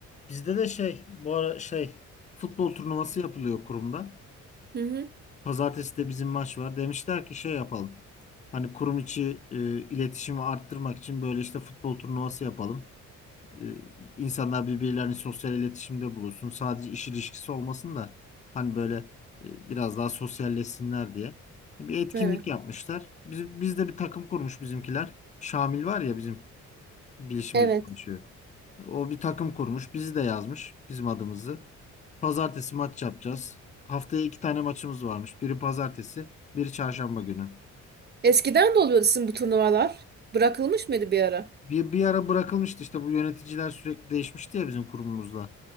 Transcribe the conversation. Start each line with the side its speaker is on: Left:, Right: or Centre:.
Left: Bizde de şey bu ara şey futbol turnuvası yapılıyor kurumda.
Right: Hı hı.
Left: Pazartesi de bizim maç var. Demişler ki şey yapalım. Hani kurum içi e, iletişimi arttırmak için böyle işte futbol turnuvası yapalım. E, insanlar birbirlerini sosyal iletişimde bulursun. Sadece iş ilişkisi olmasın da hani böyle e, biraz daha sosyalleşsinler diye. Bir etkinlik
Right: Evet.
Left: yapmışlar. Biz, biz de bir takım kurmuş bizimkiler. Şamil var ya bizim bilişimde
Right: Evet.
Left: çalışıyor. O bir takım kurmuş. Bizi de yazmış bizim adımızı. Pazartesi maç yapacağız. Haftaya iki tane maçımız varmış. Biri pazartesi, biri çarşamba günü.
Right: Eskiden de oluyordu sizin bu turnuvalar. Bırakılmış mıydı bir ara?
Left: Bir, bir ara bırakılmıştı işte bu yöneticiler sürekli değişmişti ya bizim kurumumuzda.